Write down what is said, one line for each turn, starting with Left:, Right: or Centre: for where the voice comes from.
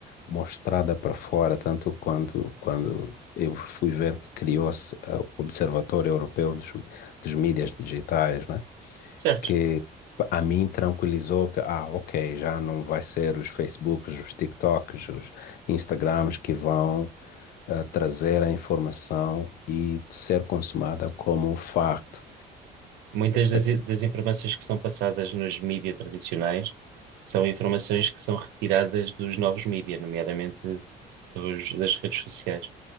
Left: mostrada para fora, tanto quando, quando eu fui ver que criou-se eh, o Observatório Europeu dos, dos Mídias Digitais,
Right: certo?
Left: que a mim tranquilizou que, ah, ok, já não vai ser os Facebooks, os TikToks, os Instagrams que vão ah, trazer a informação e ser consumada como um facto.
Right: Muitas das,
Left: Eh,
Right: das informações que são passadas nos mídias tradicionais são informações que são retiradas dos novos mídias, nomeadamente dos- das redes sociais.